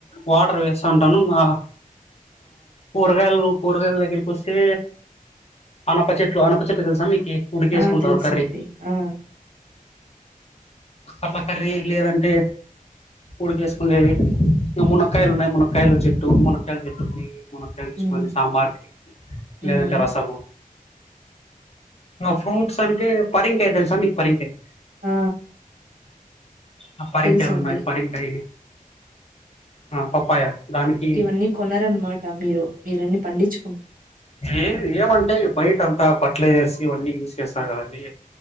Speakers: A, on the left; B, on the right.
A: వాటర్ వేస్తా అంటాను ఆ కూరగాయలు కూరగాయలు దగిర్కు వస్తే అనప చెట్లు అనప చెట్లు తెలుసా మీకు ఉడికేసుకుంటారు
B: ఆ తెలుసండి
A: కర్రీ
B: ఆ
A: అట్లా కర్రీ లేదంటే ఉడిక వేసుకుండేవి ఇక మునక్కకాయలు ఉన్నాయి మునక్కాయలు చెట్టు మునక్కయల చెట్టు ఉన్నా మునక్కాయలు తీసుకోని
B: ఉమ్
A: సాంబార్కి లేదంటే
B: ఉమ్
A: రసము ఫ్రూట్స్ అంటే పరింకాయ తెలుసా మీకు పరింకాయ
B: ఆ
A: ఆ పరికాయలు పరికాయలు
B: తెలుసండి
A: ఉన్నాయి పరికాయ పప్పాయ దానికి
B: ఇవన్నీ కొనారన్నమాట మీరు మీరన్నన్ని పండించు
A: ఏ ఏమంటే బయట అంతా పట్లైజర్స్ ఇవన్నీ యూస్ చేస్తాను కదంీ